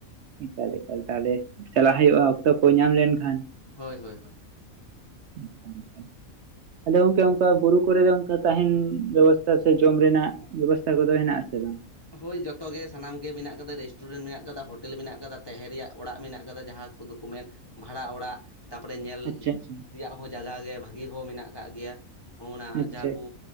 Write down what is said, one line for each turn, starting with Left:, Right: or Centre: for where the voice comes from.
Right: ᱮᱠᱟᱞ ᱮᱠᱟᱞ, ᱛᱟᱦᱚᱞᱮ ᱪᱟᱞᱟᱜ ᱦᱩᱭᱩᱜᱼᱟ ᱚᱠᱛᱚ ᱠᱚ ᱧᱟᱢ ᱞᱮᱱᱠᱷᱟᱱ ᱾
Left: ᱦᱳᱭ ᱦᱳᱭ ᱦᱳᱭ
Right: <unintelligible>
Left: ᱾
Right: ᱟᱫᱚ ᱜᱚᱝᱠᱮ ᱚᱱᱠᱟ ᱵᱩᱨᱩ ᱠᱚᱨᱮ ᱫᱚ ᱚᱱᱠᱟ ᱛᱟᱸᱦᱮᱱ ᱵᱮᱵᱚᱥᱛᱟ ᱥᱮ ᱡᱚᱢ ᱨᱮᱱᱟᱜ ᱵᱮᱵᱚᱥᱛᱷᱟ ᱠᱚᱫᱚ ᱦᱮᱱᱟᱜ ᱟᱥᱮ ᱵᱟᱝ?
Left: ᱦᱳᱭ ᱡᱚᱛᱚ ᱜᱮ ᱥᱟᱱᱟᱢ ᱜᱮ ᱢᱮᱱᱟᱜ ᱠᱟᱫᱟ, ᱨᱮᱥᱴᱩᱨᱮᱱᱴ ᱢᱮᱱᱟᱜ ᱠᱟᱫᱟ, ᱦᱳᱴᱮᱞ ᱢᱮᱱᱟᱜ ᱠᱟᱫᱟ, ᱛᱟᱸᱦᱮᱱ ᱨᱮᱭᱟᱜ ᱚᱲᱟᱜ ᱢᱮᱱᱟᱜ ᱠᱟᱫᱟ ᱡᱟᱸᱦᱟ ᱠᱚᱫᱚ ᱠᱚ ᱢᱮᱱ ᱵᱷᱟᱲᱟ ᱚᱲᱟᱜ, ᱛᱟᱨᱯᱚᱨᱮ ᱧᱮᱞ
Right: ᱟᱪᱪᱷᱟ ᱟᱪᱪᱷᱟ
Left: ᱛᱮᱭᱟᱜ ᱦᱚᱸ ᱡᱟᱜᱟ ᱜᱮ ᱵᱷᱟᱹᱜᱤ ᱦᱚᱸ ᱢᱮᱱᱟᱜ ᱟᱠᱟᱜ ᱜᱮᱭᱟ ᱾ ᱚᱱᱟ
Right: ᱟᱪᱪᱷᱟ
Left: ᱡᱟᱦᱟᱸ ᱠᱩ